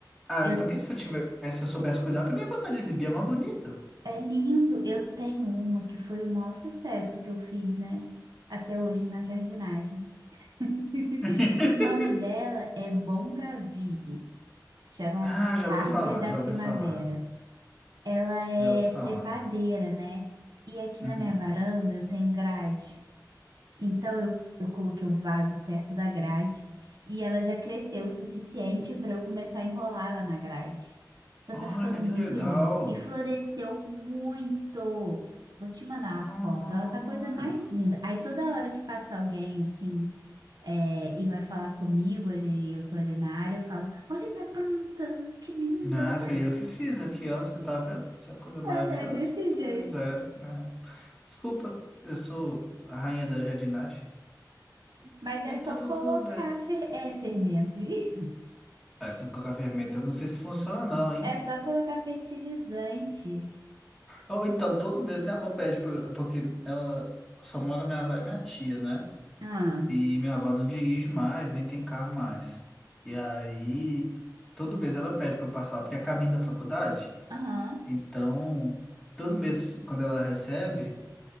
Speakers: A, in the centre; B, on the right (about 65°).
A: Ah,
B: Eu,
A: eu também, se eu tivesse, se eu soubesse cuidar, eu também ia gostar de exibir, é mais bonito.
B: é lindo. Eu tenho uma que foi o maior sucesso que eu fiz, né? Até hoje na jardinagem. <laughs>
A: <laughs>
B: O nome dela é Bongaville. Se chama
A: Ah,
B: é
A: já
B: a
A: ouvi
B: Árvore
A: falar,
B: da
A: já
B: Primavera.
A: ouvi falar.
B: Ela é
A: Já ouvi falar.
B: trepadeira, né? E aqui
A: Uhum.
B: na minha varanda eu tenho grade. Então eu, eu coloquei o vaso perto da grade e ela já cresceu o suficiente para eu começar a enrolar ela na grade. Ela
A: Olha
B: tá ficando
A: que
B: muito
A: legal.
B: linda e floresceu muito. Vou te mandar
A: Olha.
B: uma foto. Ela tá a coisa mais linda. Aí toda hora que passa alguém assim é, e vai falar comigo, ele, eu tô ali na área, eu falo: Olha minha planta, que linda!
A: Ah, fui eu que fiz aqui, ó. Você tá vendo essa coisa
B: <laughs>
A: maravilhosa?
B: é é desse jeito.
A: Pois é, né? Desculpa, eu sou a rainha da jardinagem.
B: Mas é
A: E
B: só
A: tá tudo
B: colocar
A: bem.
B: fer... é, fermento. <laughs> ih.
A: Ah, essa coca fermenta, eu não sei se funciona não, hein?
B: É só colocar fertilizante.
A: Ou então, todo mês minha avó pede, por- porque ela só mora minha avó e minha tia, né?
B: Ah,
A: E minha avó não dirige mais, nem tem carro mais. E aí, todo mês ela pede pra eu passar lá, porque é caminho da faculdade.
B: aham.
A: Então, todo mês, quando ela recebe,